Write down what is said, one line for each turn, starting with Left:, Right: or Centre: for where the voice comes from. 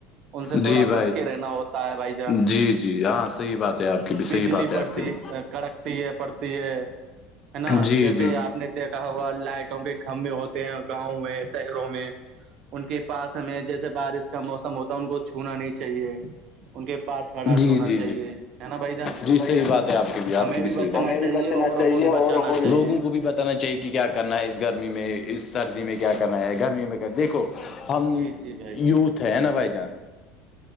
Right: ان سے تھوڑا
Left: جی بھائی
Right: بچ کے رہنا ہوتا ہے بھائی جان
Left: جی جی ہاں صحیح بات ہے آپ کی بھی
Right: بجلی
Left: صحیح بات ہے
Right: پڑتی
Left: آپ کی بھی
Right: کڑکتی ہے پڑتی ہے ہے نا
Left: جی
Right: جیسے
Left: جی
Right: آپ نے دیکھا ہوا لائٹوں کے کھمبے ہوتے ہیں گاؤں میں شہروں میں ان کے پاس میں جیسے بارش کا موسم ہوتا ان کو چھونا نہیں چاہیے ان کے پاس کھڑا نہیں
Left: جی
Right: ہونا
Left: جی
Right: چاہیے
Left: جی
Right: ہے نا بھائی جان
Left: جی صحیح بات ہے آپ کی بھی آپ
Right: ہمیں
Left: کی بھی صحی
Right: بچنا
Left: بات ہمیں
Right: چاہیے
Left: بھی بچنا
Right: اوروں
Left: چاہیے
Right: کو بھی
Left: اور
Right: بچانا چاہیے
Left: لووں کو بھی ب اتنا چاہیے کہ کیا کرنا ہے اس گرمی میں اس سردی میں کیا کرنا ہے گرمی میں کر دیکھو ہم
Right: جی جی بھائی جان
Left: یوتھ ہے ہے نا بھائی جان